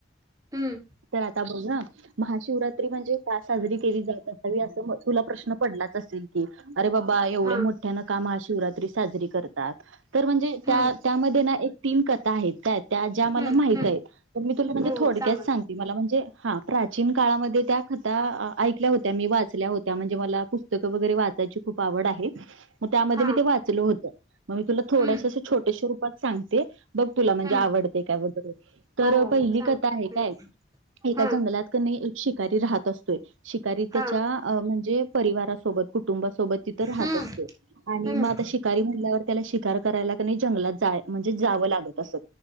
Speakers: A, on the right (about 15°); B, on the right (about 80°).
A: हम्म.
B: तर आता बघ ह. महाशिवरात्री म्हणजे का साजरी केली जात असावी असं तुला प्रश्न पडलाच असेल की, अरे बाबा एवढे
A: हा
B: मोठ्यान का महाशिवरात्री साजरी करतात. तर म्हणजे
A: हम्म
B: त्या त्यामध्ये ना एक तीन कथा आहेत काय? त्या ज्या मला
A: हम्म
B: माहिती
A: हम्म
B: आहेत तर मी तुला म्हणजे
A: हो
B: थोडक्यात
A: हो सांगा
B: सांग मला म्हणजे हा प्राचीन काळामध्ये त्या कथा ऐकल्या होत्या, मी वाचल्या होत्या म्हणजे मला पुस्तकं वगैरे वाचायची खूप आवड आहे, मग त्यामध्ये
A: हा
B: मी ते वाचल होतं. मग म तुला
A: हम्म
B: छोटेश्या रूपात सांगते. बघ तुला म्हणजे
A: हम्म
B: आवडते काय वगैरे. तर
A: हो हो
B: पहिली
A: हो सांग
B: कथा आहे
A: हं.
B: काय एका
A: हा
B: जंगलात कनि एक शिकारी राहत असतोय शिकारी
A: हा
B: त्याच्या म्हणजे परिवारासोबत कुटुंबासोबत तिथं राहत
A: हम्म
B: असतो. आणि
A: हम्म
B: मग आता शिकारी म्हणल्यावर त्याला शिकार करायला कणी जंगलात म्हणजेच जावं लागत असत.